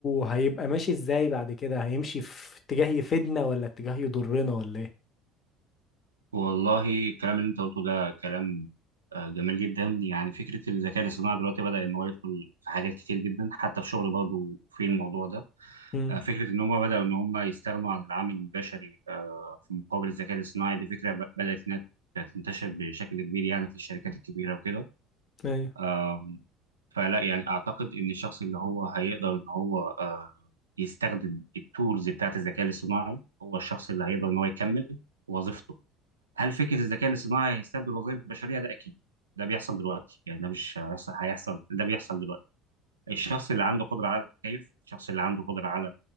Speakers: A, on the left; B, on the right.
A: هيبقى ماشي إزاي بعد كده هيمشي في اتجاه يفيدنا ولا اتجاه يضرنا ولا إيه؟
B: والله الكلام اللي انت قلته ده كلام آه، جميل جدا يعني فكره الذكاء الاصطناعي دلوقتي بدا ان هو يدخل في حاجات كتير جدا حتى في شغل برضه في الموضوع ده
A: امم
B: آه، فكره ان هم بداوا ان هم يستغنوا عن العامل البشري آه، في مقابل الذكاء الاصطناعي دي فكره ب- بدات انها تنتشر بشكل كبير يعني في الشركات الكبيره وكده
A: أيوه
B: آم، فلا يعني اعتقد ان الشخص اللي هو هيقدر ان هو آه، يستخدم التولز بتاعت الذكاء الاصطناعي هو الشخص اللي هيقدر ان هو يكمل وظيفته هل فكره الذكاء الاصطناعي هيستبدل الوظائف البشريه ده اكيد ده بيحصل دلوقتي يعني ده مش هيحصل هيحصل ده بيحصل دلوقتي الشخص اللي عنده قدره على التكيف الشخص اللي عنده قدره على